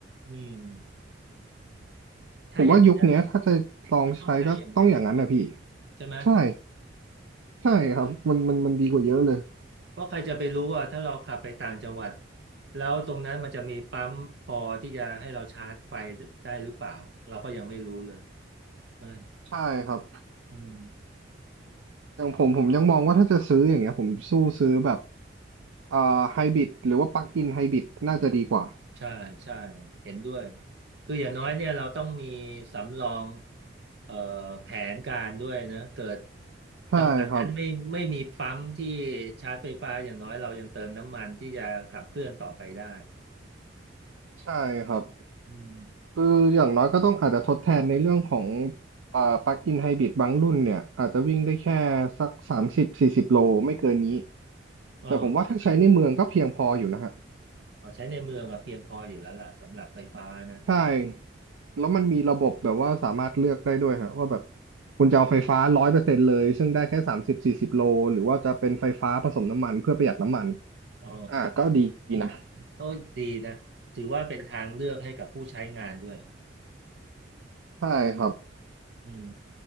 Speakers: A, on the right; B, on the right.
A: อืมถ้าอย่างเะี้ย
B: ผมว่ายุคเนี้ยถ้าจะลองใช้ก็ต้องอย่างนั้นนะพี่
A: มันต้องใช้อย่างเงี้ยพี่ปองใช่ไหม
B: ใช่ใช่ครับมันมันมันดีกว่าเยอะเลย
A: เพราะใครจะไปรู้อ่ะถ้าเราขับไปต่างจังหวัดแล้วตรงนั้นมันจะมีปั๊มพอที่จะให้เราชาร์จไฟได้หรือเปล่าเราก็ยังไม่รู้เลยใช่
B: ใช่ครับ
A: อืม
B: อย่างผมผมยังมองว่าถ้าจะซื้ออย่างเงี้ยผมสู้ซื้อแบบเอ่อไฮบริดหรือว่าปลั๊กอินไฮบริดน่าจะดีกว่า
A: ใช่ใช่เห็นด้วยคืออย่างน้อยเนี่ยเราต้องมีสำรองเอ่อแผนการด้วยนะเกิด
B: ใช่ครับ
A: จังหวัดนั้นไม่ไม่มีปั๊มที่ชาร์จไฟฟ้าอย่างน้อยเรายังเติมน้ำมันที่จะขับเคลื่อนต่อไปได้
B: ใช่ครับ
A: อืม
B: คืออย่างน้อยก็ต้องอาจจะทดแทนในเรื่องของเอ่อปลั๊กอินไฮบริดบางรุ่นเนี่ยอาจจะวิ่งได้แค่สักสามสิบสี่สิบโลไม่เกินนี้
A: เออใช่
B: แต่ผมว่าถ้าใช้ในเมืองก็เพียงพออยู่นะฮะ
A: พอใช้ในเมืองอะเพียงพออยู่แล้วล่ะสำหรับไฟฟ้านะ
B: ใช่แล้วมันมีระบบแบบว่าสามารถเลือกได้ด้วยฮะว่าแบบคุณจะเอาไฟฟ้าร้อยเปอร์เซ็นต์เลยซึ่งได้แค่สามสิบสี่สิบโลหรือว่าจะเป็นไฟฟ้าผสมน้ำมันเพื่อประหยัดน้ำมัน
A: อ๋อ
B: อ่าก็ดีนะ
A: โอ้ยดีนะถือว่าเป็นทางเลือกให้กับผู้ใช้งานด้วย
B: ใช่ครับ
A: อืม